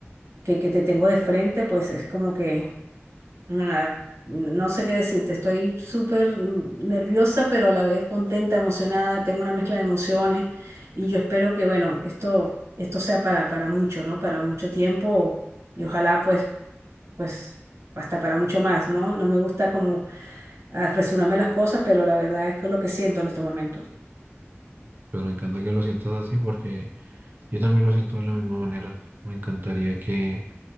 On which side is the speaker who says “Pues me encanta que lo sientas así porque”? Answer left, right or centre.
Right